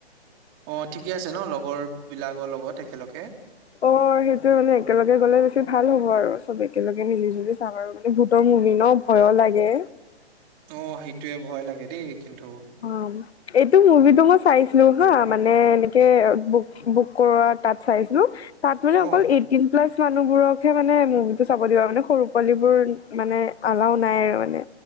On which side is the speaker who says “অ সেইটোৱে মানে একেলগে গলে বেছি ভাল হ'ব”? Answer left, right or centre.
Left